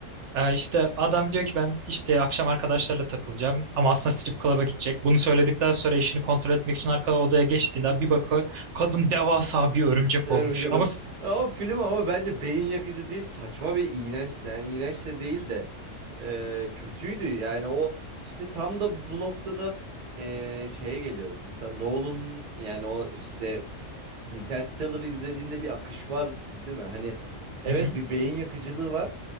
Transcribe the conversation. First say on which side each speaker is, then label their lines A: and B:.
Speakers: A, on the right (about 70°); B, on the right (about 40°).
A: ee, işte adam diyor ki ben işte akşam arkadaşlarla takılacağım ama aslında strip club'a gidecek. Bunu söyledikten sonra eşini kontrol etmek için arka odaya geçtiğinde bir bakıyor kadın devasa bir örümcek
B: Bitti, Örümcek
A: olmuş. Ama
B: Adam. Ama film ama bence beyin yakıcı değil. Saçma bir iğrençti. Yani iğrenç de değil de e, kötüydü. Yani o işte tam da bu noktada e, şeye geliyoruz. Mesela Nolan yani o işte Interstellar'ı izlediğinde bir akış var değil mi? Hani evet
A: Hı hı,
B: bir beyin yakıcılığı var.